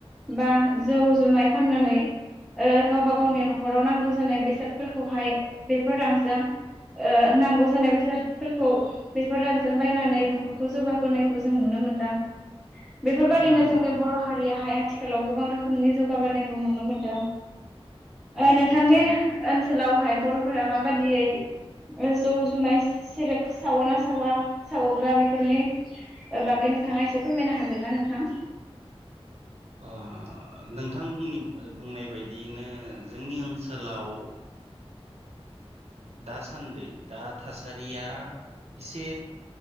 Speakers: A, in the centre; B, on the right (about 80°).
A: बा जौ जुमाय फाननानै ओ गावबा गावनि न'खराव नांगौ जानाय बेसादफोरखौहाय बेफोर रांजों ओ नांगौ जानाय बेसादफोरखौ बेफोर रांजों बायनानै न'खरखौ जौगाबोनायखौ जों नुनो मोन्दों बेफोरबादिनो
B: नंगौ
A: जोंनि बर' हारियाहाय आथिखालाव गोबां रोखोमनि जौगाबोनाय खौ नुनो मोनदों
B: उम
A: ओ नोंथांनि
B: नंगौ
A: ओन सोलावहाय बर'फोरा माबायदियै ओ जौ जुमाय सेरेब सावोना सावा सावोब्ला बेफोरनि ओ बागै नोंथाङा एसे फोरमायनो हागोनना नोंथां?
B: अह नोंथांनि ओ बुंनाय बायदियैनो जोंनि ओनसोलाव दासान्दै दा थासारिया इसे